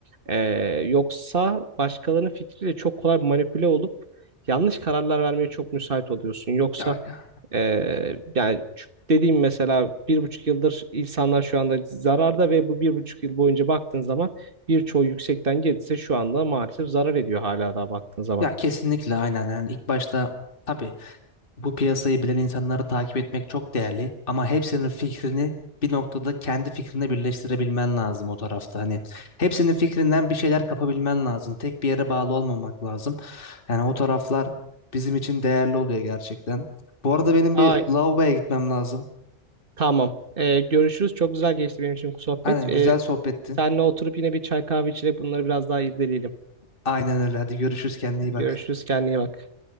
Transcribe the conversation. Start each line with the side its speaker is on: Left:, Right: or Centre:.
Right: e, yoksa başkalarının fikriyle çok kolay manipüle olup yanlış kararlar vermeye çok müsait oluyorsun. Yoksa
Left: Ya,
Right: e, yani dediğim mesela bir buçuk yıldır insanlar şu anda zararda ve bu bir buçuk yıl boyunca baktığın zaman birçoğu yüksekten gelirse şu anda maalesef zarar ediyor hala daha baktığın zaman.
Left: ya kesinlikle aynen. Yani ilk başta tabii Bu piyasayı bilen insanları takip etmek çok değerli ama hepsinin fikrini bir noktada kendi fikrine birleştirebilmen lazım o tarafta. Hani hepsinin fikrinden bir şeyler kapabilmen lazım. Tek bir yere bağlı olmamak lazım. Yani o taraflar bizim için değerli oluyor gerçekten. Bu arada benim
Right: Ay,
Left: bir lavaboya gitmem lazım.
Right: tamam. Ee, görüşürüz. Çok güzel geçti benim için bu sohbet.
Left: Aynen
Right: Ee,
Left: güzel sohbetti.
Right: seninle oturup yine bir çay kahve içerek bunları biraz daha irdeleyelim.
Left: Aynen öyle. Hadi görüşürüz kendine iyi
Right: Görüşürüz.
Left: bak.
Right: Kendine iyi bak.